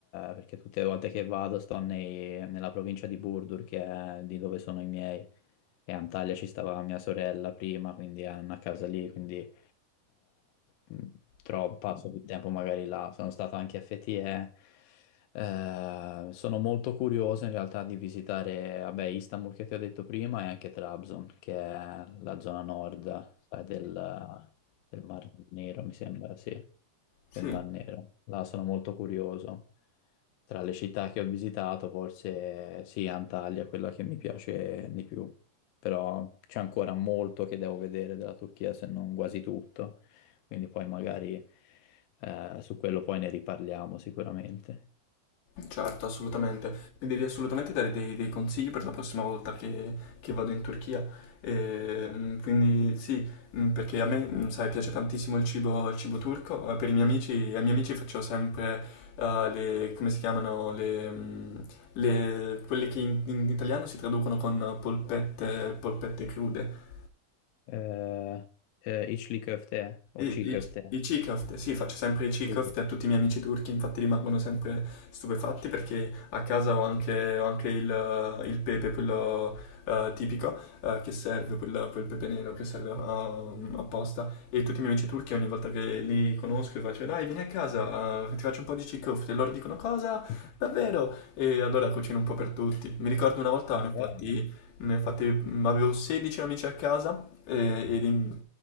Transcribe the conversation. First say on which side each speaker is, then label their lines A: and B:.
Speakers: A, on the left; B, on the left.
A: perché tutte le volte che vado sto nei- nella provincia di Burdur, che è di dove sono i miei, e a Antalya ci stava mia sorella prima, quindi ha una casa lì, quindi eh, mh, tro- passo più tempo magari là. Sono stato anche a Fethiye, eh, sono molto curioso in realtà di visitare, vabbè, Istanbul che ti ho detto prima e anche Trabzon, che è la zona nord, sai, del, del Mar Nero, mi sembra, sì,
B: Sì.
A: del Mar Nero. Là sono molto curioso. Tra le città che ho visitato, forse sì, Antalya è quella che mi piace di più, però c'è ancora molto che devo vedere della Turchia, se non quasi tutto, quindi poi magari eh, su quello poi ne riparliamo sicuramente.
B: Certo, assolutamente. Mi devi assolutamente dare dei, dei consigli per la prossima volta che, che vado in Turchia. Ehm, quindi sì, mm, perché a me, mm, sai, piace tantissimo il cibo, il cibo turco. Eh, Per i miei amici, ai miei amici faccio sempre eh, le, come si chiamano, le, mm, le- quelle che in, in italiano si traducono con polpette, polpette crude.
A: Eh, eh, içli köfte,
B: I,
A: o çiğ köfte.
B: i, i Chikofte, sì, faccio sempre i Chikofte
A: Sì, sì.
B: a tutti i miei amici turchi, infatti rimangono sempre stupefatti perché a casa ho anche, ho anche il, il pepe, quello eh, tipico, eh, che serve, quel, quel pepe nero che serve um, apposta. E tutti i miei amici turchi ogni volta che li conosco gli faccio dai vieni a casa, eh, ti faccio un po' di Chikofte. E loro dicono cosa?
A: <laughs>
B: Davvero? E allora cucino un po' per tutti. Mi ricordo una volta
A: Va
B: ne ho fatti...
A: bene,
B: Ne ho fatti, avevo 16 amici a casa e, ed in-